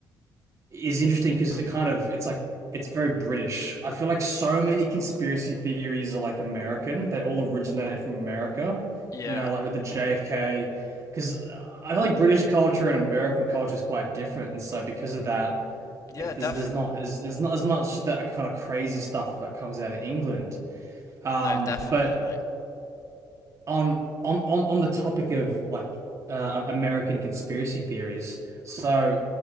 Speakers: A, on the right; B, on the left.
A: is interesting because it kind of it's like it's very British. I feel like so many conspiracy theories are like American. They all originate from America.
B: Yeah,
A: You know, like with the JFK, because I feel like British culture and American culture is quite different, and so because of that,
B: yeah,
A: it,
B: definitely.
A: there's there's not as there's not as much that kind of crazy stuff that comes out of England. Um,
B: No, definitely,
A: but
B: mate.
A: on on on on the topic of like uh, American conspiracy theories, so